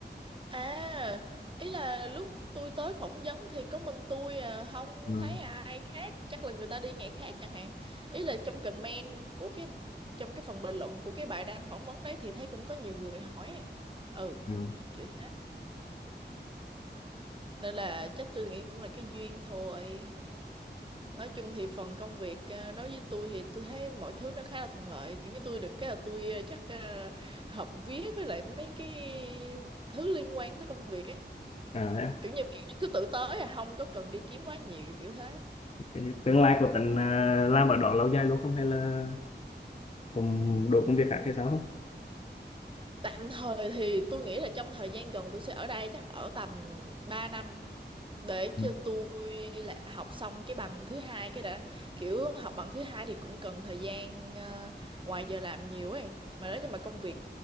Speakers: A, on the right; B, on the left.
A: À, ý là lúc tôi tới phỏng vấn thì có mình tôi à, không
B: ừ.
A: thấy ai khác, chắc là người ta đi ngày khác chẳng hạn. Ý là trong comment của cái trong cái phần bình luận của cái bài đăng phỏng vấn đấy thì thấy cũng có nhiều người hỏi ấy. Ừ,
B: Ừ.
A: kiểu thế. Nên là chắc tôi nghĩ cũng là cái duyên thôi. Nói chung thì phần công việc à, đối với tôi thì tôi thấy mọi thứ nó khá là thuận lợi. Kiểu như tôi được cái là tôi à, chắc à, hợp vía với lại mấy cái thứ liên quan tới công việc ấy
B: à thế à.
A: kiểu như bạn cứ tự tới à không có cần đi kiếm quá nhiều kiểu thế
B: Cái tương lai của tính à, làm ở đó lâu dài luôn không hay là cùng đổi công việc khác hay sao không
A: Tạm thời thì tôi nghĩ là trong thời gian gần tôi sẽ ở đây chắc ở tầm 3 năm để
B: Ừ.
A: cho tôi là học xong cái bằng thứ hai cái đã kiểu học bằng thứ hai thì cũng cần thời gian ờ, ngoài giờ làm nhiều ấy mà nếu như mà công việc